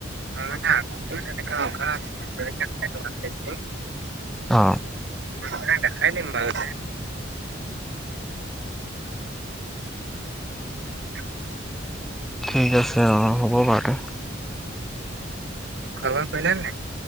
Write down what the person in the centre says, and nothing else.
অ।
ঠিক আছে অ হ'ব বাৰু তে।